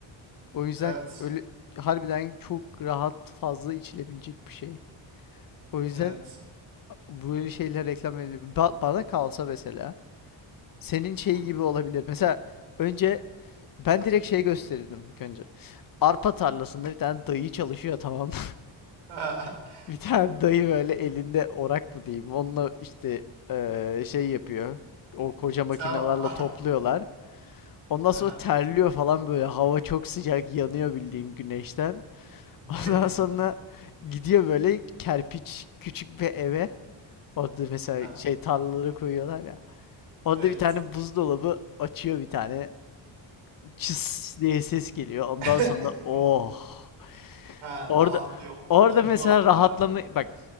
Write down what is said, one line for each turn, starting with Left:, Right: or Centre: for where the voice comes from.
Left: O yüzden
Right: Evet.
Left: öyle harbiden çok rahat fazla içilebilecek bir şey. O yüzden
Right: Evet.
Left: böyle şeyler reklam edilebilir. Ba- bana kalsa mesela senin şey
Right: Hı.
Left: gibi olabilir. Mesela önce Ben direkt şey gösterirdim ilk önce. Arpa tarlasında bir tane dayı çalışıyor tamam. <laughs>
Right: <laughs>
Left: Bir tane dayı böyle elinde orak mı diyeyim. Onunla işte eee, şey yapıyor. O koca makinelerle
Right: Tamam. <laughs>
Left: topluyorlar. Ondan sonra
Right: Aha.
Left: terliyor falan böyle. Hava çok sıcak yanıyor bildiğin güneşten. <laughs>
Right: Bira
Left: Ondan
Right: yudum.
Left: sonra gidiyor böyle kerpiç küçük bir eve. Orada mesela
Right: Ha.
Left: şey tarlaları koyuyorlar ya. Orada
Right: Evet.
Left: bir tane buzdolabı açıyor bir tane. Çıs diye ses geliyor. Ondan
Right: <laughs>
Left: sonra oh
Right: Ha,
Left: Orada
Right: rahatlıyor. O ilk
Left: orada
Right: yudumu
Left: mesela
Right: alınca.
Left: rahatlama bak